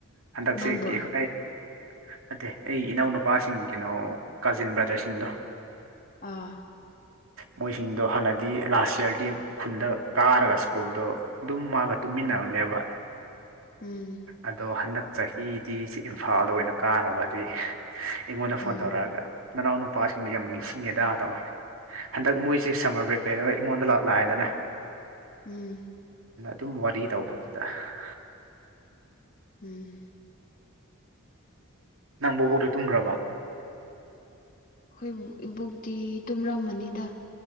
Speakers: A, on the right; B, on the left.
A: ꯍꯟꯗꯛꯁꯦ
B: ꯅꯪꯕꯣ
A: ꯀꯦ ꯑꯩ ꯅꯠꯇꯦ ꯑꯩ ꯏꯅꯥꯎ ꯅꯨꯨꯄꯥꯁꯤꯡ ꯀꯩꯅꯣ ꯀꯥꯖꯤꯟ ꯕ꯭ꯔꯗꯔꯁꯤꯡꯗꯣ
B: ꯑꯥ
A: ꯃꯣꯏꯁꯤꯡꯗꯣ ꯍꯥꯟꯅꯗꯤ ꯂꯥꯁ ꯌꯔꯒꯤ ꯈꯨꯟꯗ ꯀꯥꯔꯒ ꯁ꯭ꯀꯨꯜꯗꯣ ꯑꯗꯨꯝ ꯃꯥꯒ ꯇꯨꯝ ꯃꯤꯟꯅꯕꯅꯦꯕ
B: ꯎꯝ
A: ꯑꯗꯣ ꯍꯟꯗꯛ ꯆꯍꯤꯗꯤ ꯁꯤ ꯏꯝꯐꯥꯜꯗ ꯑꯣꯏꯅ ꯀꯥꯔꯕ ꯑꯗꯨꯏ ꯑꯩꯉꯣꯟꯗ ꯐꯣꯟ
B: ꯎꯝ
A: ꯇꯧꯔꯛꯑꯒ ꯃꯅꯥꯎ ꯅꯨꯄꯥꯁꯤꯡꯗꯣ ꯌꯥꯝ ꯅꯤꯡꯁꯤꯡꯉꯦꯗ ꯇꯧꯋꯦ ꯍꯟꯗꯛ ꯃꯣꯏꯁꯦ ꯁꯝꯃꯔ ꯕ꯭ꯔꯦꯛ ꯂꯩꯔꯒ ꯑꯩꯉꯣꯟꯗ ꯂꯥ ꯂꯥꯛꯑꯦꯗꯅꯦ
B: ꯎꯝ
A: ꯑꯗꯨꯝ ꯋꯥꯔꯤ ꯇꯧꯕꯗꯨꯗ ꯍꯥꯍꯥ
B: ꯎꯝ
A: ꯅꯪ ꯕꯨꯕꯣꯛꯇꯣ ꯇꯨꯝꯒ꯭ꯔꯕꯣ
B: ꯑꯈꯣꯏ ꯏꯕꯣꯛꯇꯤ ꯇꯨꯝꯔꯝꯃꯅꯤꯗ